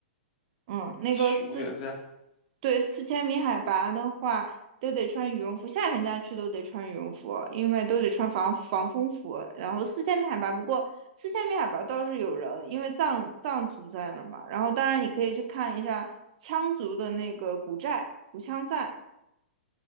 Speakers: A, on the right; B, on the left.
A: 嗯，那个四，
B: 求点赞。
A: 对，四千米海拔的话，都得穿羽绒服，夏天家去都得穿羽绒服，因为都得穿防防风服。然后四千米海拔，不过四千米海拔倒是有人，因为藏藏族在那儿嘛。然后当然你可以去看一下羌族的那个古寨、古羌寨，